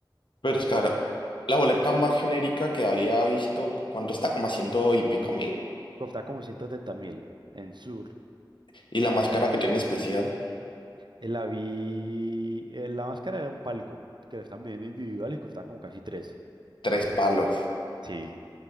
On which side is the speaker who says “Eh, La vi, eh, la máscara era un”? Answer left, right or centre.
Right